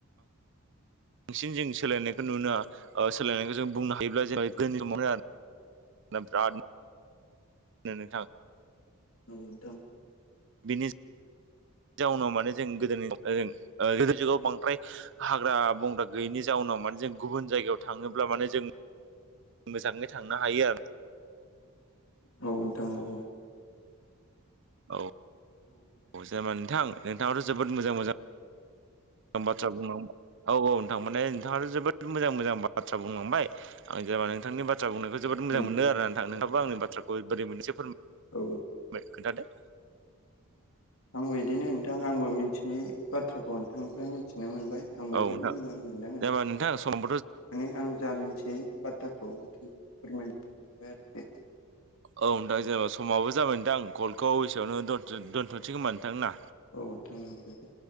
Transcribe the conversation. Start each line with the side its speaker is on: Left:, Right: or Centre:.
Right: बांसिन जों सोलायनायखौ नुनो ओ सोलायनायखौ जों बुंनो हायोब्ला जोंनि समावनो आरो। दा बिराद नो नोंथां
Left: औ नोंथां।
Right: बिनि जाउनाव माने जों गोदोनि गोदेनि जुगाव बांद्राय हाग्रा बंग्रा गैयिनि जाउनाव माने जों गुबुन जायगायाव थाङोब्ला माने जों मोजाङै थांनो हायो आरोना
Left: औ नोंथां औ औ।
Right: औ औ जेनेबा नोंथां नोंथाङाथ' जोबोद मोजां मोजां मोजां बाथ्रा बुंलांबाय। औ औ नोंथां माने नोंथाङाथ' जोबोद मोजां मोजां बाथ्रा बुंलांबाय आं जेबा नोंथांनि ब्रा बुंनायखौ जोबोद मोजां
Left: उम
Right: मोनदों आरोना नोंथां। नोंथांआबो आंनि बाथ्राखौ बोरै मोनखो मोननैसो फोरमाय
Left: औ
Right: खोन्थादो
Left: आंबो बिदिनो नोंथां आंबो मिथियै बाथ्राखौ नोंथांनिफ्राय मिथिनो मोनबाय। आंबो
Right: औ
Left: जोबोद
Right: नोंथां
Left: मोजां मोनदों
Right: जेबा नोंथां सम
Left: माने आं जा मिथियै बाथ्राखौ नोंथां फोरमायनो लायो आरोखि।
Right: औ नोंथां जेनेनबा समाबो जाबाय नोंथां कलखौ एसेआवनो' दोनथ'सै खोमा नोंथां ना?
Left: औ दे दे